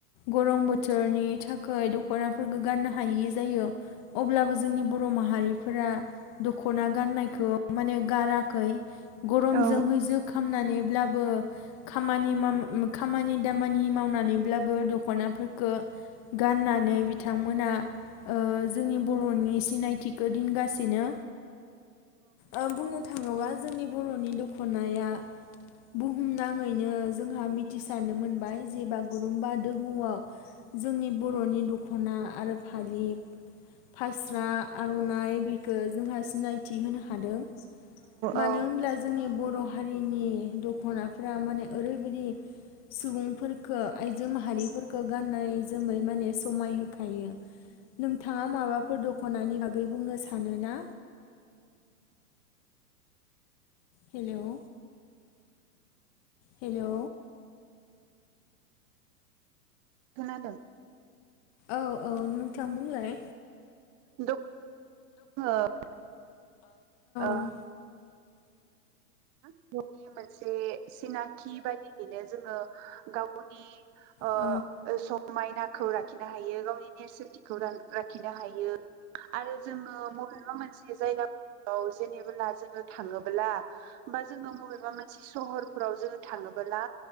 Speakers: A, on the left; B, on the right.
A: गरम बोथोरनि था खोय दखनाफोरखौ गाननो हायि जायो अब्लाबो जोंनि बर' माहारिफोरा दखना गाननायखौ माने गाराखै गरमजोंहै
B: औ
A: जोब खामनानैब्लाबो खामानि माम म मो खामानि दामानि मावनानैब्लाबो दखनाफोरखौ गाननानै बिथांमोना ओ जोंनि बर'नि सिनायथिखौ दोनगासिनो। ओ बुंनो थाङोबा जोंनि बर'नि दख'नाया बुहुमनाङैनो जोंहा मिथिसारनो मोनबाय जे बागुरुमबा दोहौआव जोंनि बर'नि दख'ना आरो फालि फास्रा, आरनाइ बेखो जोंहा सिनायथि होनो हादों। मानो
B: औ
A: होमब्ला जोंनि बर' हारिनि दखनाफ्रा माने ओरैबायदि सुबुंफोरफोरखौ आइजो माहारिफोरफोरखौ गाननाय जोमै माने समाय होखायो। नोंथाङा माबाफोर दखनानि बागै बुंनो सानोना? हेलौ हेल
B: खोनादों?
A: औ औ नोंथां बुंलाय।
B: दं <unintelligible> ओ
A: औ
B: <unintelligible> नि मोनसे सिनाखि बायदियैनो जोङो गावनि ओ
A: औ
B: समायनाखौ लाखिनो हायो। गावनि नेरसोनथिखौ ला-लाखिनो हायो। आरो जोङो मबेबा मोनसे जायगा औ जेनेबोला जोङो थाङोब्ला बा जोङो मबेबा मोनसे सहर फोराव जोङो थाङोबोला